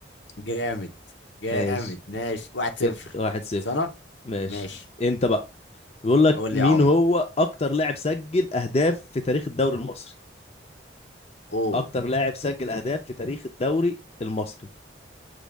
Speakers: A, on the left; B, on the left.
A: جامد جامد
B: ماشي
A: ماشي واحد
B: كده
A: صفر
B: واحد صفر
A: سنة
B: ماشي
A: ماشي
B: انت بقى بيقول لك
A: قول
B: مين
A: لي يا عم
B: هو اكتر لاعب سجل اهداف في تاريخ الدوري المصري
A: اوه
B: اكتر لاعب سجل اهداف في تاريخ الدوري المصري